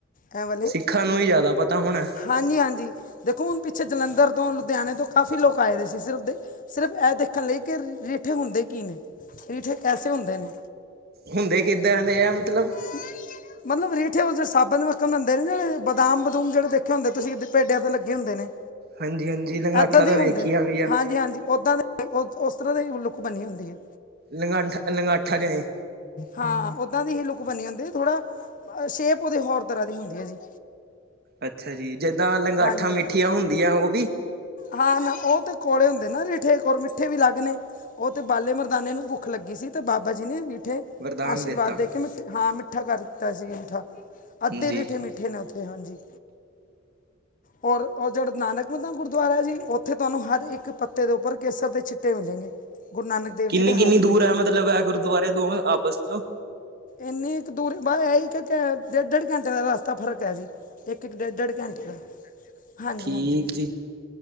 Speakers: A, on the left; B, on the right.
A: ਐ ਵਾਲੇ
B: ਸਿੱਖਾਂ ਨੂੰ ਹੀ ਜਾ਼ਦਾ ਪਤਾ ਹੋਣਾ।
A: ਹਾਂਜੀ- ਹਾਂਜੀ ਦੇਖੋ ਹੁਣ ਪਿੱਛੇ ਜਲੰਧਰ ਤੋਂ ਲੁਧਿਆਣੇ ਤੋਂ ਕਾਫੀ ਲੋਕ ਆਏ ਦੇ ਸੀ ਸਿਰਫ ਦੇ, ਸਿਰਫ ਇਹ ਦੇਖਣ ਲਈ ਕਿ ਰੀਠੇ ਹੁੰਦੇ ਕੀ ਨੇ, ਰੀਠੇ ਕੈਸੇ ਹੁੰਦੇ ਨੇ।
B: ਹੁੰਦੇ ਕਿੱਦਾਂ ਨੇ ਐ ਮਤਲਬ,
A: ਹੂੰ। ਮਤਲਬ ਰੇਠੇ ਸਾਬਣ ਵਕਣ ਹੁੰਦੇ ਨੇ ਜਿੜੇ ਬਦਾਮ ਬਦੂਮ ਜਿਹੜੇ ਦੇਖੇ ਹੁੰਦੇ ਤੁਸੀਂ ਪੇਡਿਆਂ ਤੋਂ ਲੱਗੇ ਹੁੰਦੇ ਨੇ।
B: ਹਾਂਜੀ ਹਾਂਜੀ ਲੰਗਾਠਾ
A: ਏਦਾਂ ਦੇ
B: ਤਾਂ
A: ਹੀ ਹੁੰਦੇ
B: ਵੇਖੀ
A: ਨੇ
B: ਆ ਵੀ ਆ
A: ਹਾਂਜੀ- ਹਾਂਜੀ। ਓਦਾਂ ਦੇ ਉਸ ਤਰਾਂ ਦੀ ਲੁੱਕ ਬੰਨੀ ਹੁੰਦੀ ਐ।
B: ਲੰਗਾਠਾ- ਲੰਗਾਠਾ ਜਾਏ।
A: ਹਾਂ ਓਦਾਂ ਦੀ ਹੀ ਲੁੱਕ ਬਣੀ ਹੁੰਦੀ ਥੋੜਾ, ਸ਼ੇਪ ਉਹਦੇ ਹੋਰ ਤਰਾਂ ਦੀ ਹੁੰਦੀ ਐ ਜੀ।
B: ਅੱਛਾ ਜੀ ਜਿੱਦਾਂ ਲੰਗਾਠਾਂ
A: ਹਾਂਜੀ
B: ਮਿੱਠੀਆਂ
A: ਹਾਂਜੀ।
B: ਹੁੰਦੀਆਂ ਉਹ ਵੀ।
A: ਹਾਂ ਨਾ ਉਹ ਤੇ ਕੋੜੇ ਹੁੰਦੇ ਨਾ ਰੇੇ- ਔਰ ਮਿੱਠੇ ਵੀ ਲੱਗ ਨੇ ਉਹ ਤੇ ਬਾਲੇ ਮਰਦਾਨੇ ਨੂੰ ਭੁੱਖ ਲੱਗੀ ਸੀ ਤੇ ਬਾਬਾ ਜੀ ਨੇ ਮਿੱਠੇ
B: ਵਰਦਾਨ
A: ਆਸ਼ੀਰਵਾਦ
B: ਦਿੱਤਾ
A: ਦੇ ਕੇ ਮਿੱਠ ਹਾਂ ਮਿੱਠਾ ਕਰ ਦਿੱਤਾ ਸੀ ਮਿੱਠਾ ਅੱਧੇ
B: ਜੀ
A: ਰੀਠੇ ਮਿਠ- ਠੇ ਨਾ ਉੱਥੇ ਹਾਂਜੀ। ਔਰ ਜਿਹੜ ਨਾਨਕਮਤਾ ਗੁਰਦੁਆਰਾ ਜੀ ਉੱਥੇ ਤੁਹਾਨੂੰ ਹਰ ਇੱਕ- ਪੱਤੇ ਦੇ ਉੱਪਰ ਕੇਸਰ ਦੇ ਛਿੱਟੇ ਮਿਲੇ ਗੇ ਗੁਰੂ ਨਾਨਕ ਦੇਵ
B: ਕਿੰਨੀ-
A: ਜੀ ਦੇ ਹੱਥ
B: ਕਿੰਨੀ ਦੂਰ
A: ਦੇ
B: ਏ ਮਤਲਬ ਐ ਗੁਰਦੁਆਰੇ ਦੋਵੈ ਆਪਸ ਚੋ।
A: ਇੰਨੀ ਇੱਕ ਦੂਰੀ ਵ ਇਹ ਹੀ ਕਿ ਡੇਢ ਡੇਢ ਘੰਟੇ ਦਾ ਰਸਤਾ ਫ਼ਰਕ ਹੈ ਜੀ। ਇੱਕ- ਇੱਕ ਡੇਢ- ਡੇਢ ਘੰਟੇ ਦਾ, ਹਾਂਜੀ-
B: ਠੀਕ
A: ਹਾਂਜੀ।
B: ਜੀ